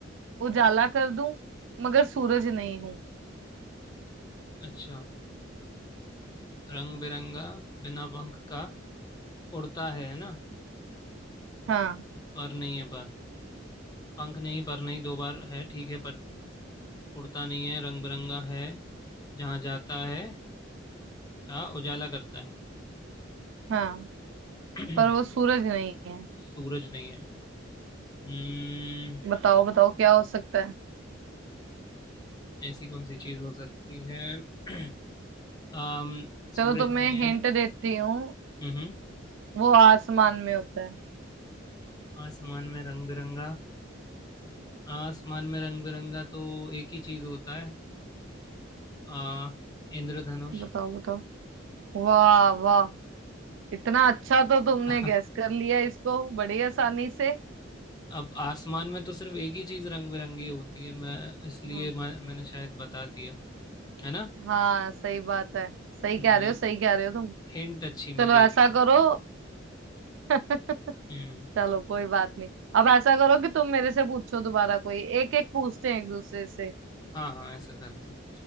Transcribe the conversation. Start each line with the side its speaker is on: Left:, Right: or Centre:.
Right: उजाला कर दूं मगर सूरज नहीं हूं
Left: अच्छा रंग बिरंगा बिना पंख का उड़ता है है ना
Right: हाँ
Left: पर नहीं है पर पंख नहीं पर नहीं दो बार है ठीक है पर उड़ता नहीं है रंग बिरंगा है जहाँ जाता है क्या उजाला करता है
Right: हाँ
Left: <clears throat>
Right: पर वो सूरज नहीं है
Left: सूरज नहीं है हम्म
Right: बताओ बताओ क्या हो सकता है
Left: ऐसी कौन सी चीज हो सकती है <clears throat> अम सूरज
Right: चलो तुम्हें
Left: नहीं
Right: हिंट
Left: है
Right: देती हूँ
Left: हम्म
Right: वो आसमान में होता है
Left: आसमान में रंग बिरंगा आसमान में रंग बिरंगा तो एक ही चीज होता है आ इंद्रधनुष
Right: बताओ बताओ वाह वाह इतना अच्छा तो तुमने
Left: <laughs>
Right: गैस कर लिया इसको बड़ी आसानी से
Left: अब आसमान में तो सिर्फ एक ही चीज रंग बिरंगी होती है मैं इसलिए
Right: हाँ
Left: मैं, मैंने शायद बता दिया है ना
Right: हाँ सही बात है सही कह
Left: जी
Right: रहे हो सही कह रहे हो तुम
Left: हिंट अच्छी
Right: चलो
Left: में दे
Right: ऐसा
Left: दिया
Right: करो <laughs>
Left: हम्म
Right: चलो कोई बात नहीं अब ऐसा करो कि तुम मेरे से पूछो दोबारा कोई एक एक पूछते हैं एक दूसरे से
Left: हाँ हाँ ऐसा करते हैं।